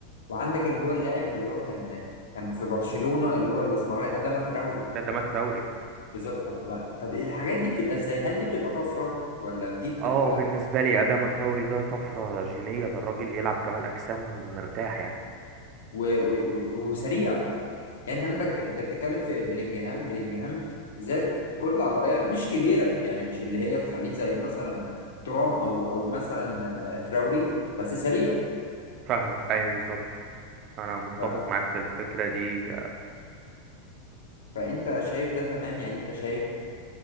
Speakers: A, on the left; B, on the right.
A: وعندك اللي هو اللاعب اللي هو كان كان في برشلونة اللي هو الاسمراني أداما تراوري
B: ده ده ما تراوري
A: بالظبط طب بقى- طب الحاجات دي بتبقى ازاي هل دي بتبقى طفره ولا دي بتبقى
B: اه بالنسبة لي أداما تراوري ده طفرة جينية ده الراجل يلعب كمال أجسام مرتاح يعني
A: و... و... و... وسريعه يعني انت عندك انت بتتكلم في بلينجهام بلينجهام ذات كتله عضليه مش كبيره يعني مش اللي هي تخليك زي مثلا ترام او او مثلا آه، تراوري بس سريع
B: فاهمك أيوه بالظبط أنا متفق
A: ف...
B: معاك في الفكرة دي
A: فانت شايف ده تمام يعني انت شايف